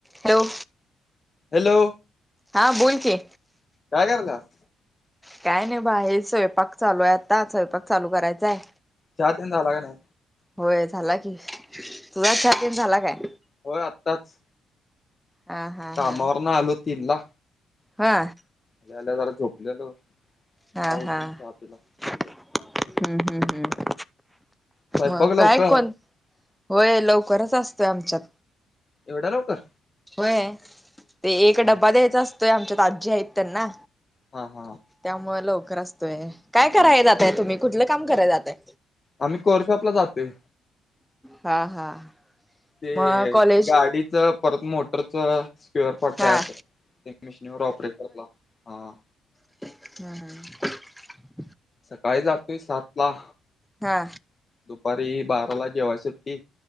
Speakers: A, in the centre; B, on the left.
A: Hello.
B: Hello.
A: हा बोल की.
B: काय कराल्यास?
A: काय नाय बाहेर स्वयंपाक चालू आय आता स्वयंपाक चालू करायचाय.
B: चहा तेन झाला का नाय?
A: होय झाला की. तुझा चहा पिऊन झाला काय?
B: होय आत्ताच
A: हा हा
B: कामावरन
A: हा
B: आलो तीन ला.
A: हा.
B: आल्या आल्या जरा झोपलेलो. आता
A: हां
B: उठून
A: हा
B: चहा पिला
A: हम्म हम्म हम्म.
B: स्वयंपाक
A: मग
B: लवकर
A: काय कोण, होय लवकरच असतोय आमच्यात.
B: एवढ्या लवकर?
A: व्हय ते एक
B: हा
A: डब्बा द्यायचा असतोय आमच्यात आजी हायत त्यांना.
B: हां हा.
A: त्यामुळं लवकर असतोय. काय
B: आज्जींना
A: कराय जाताय
B: डबा
A: तुम्ही कुठलं काम कराय जाताय?
B: आम्ही कोरशॉपला जातोय
A: हा हा
B: ते
A: मग कॉलेज
B: गाडीत च परत मोटरच स्क्युअर पार्ट
A: हा
B: तयार <inaudible> झा ते मिशनीवर ऑपरेट करला हां.
A: हम्म हम.
B: सकाळी जातोय सात ला
A: हा
B: दुपारी बारा ला जेवाय सुट्टी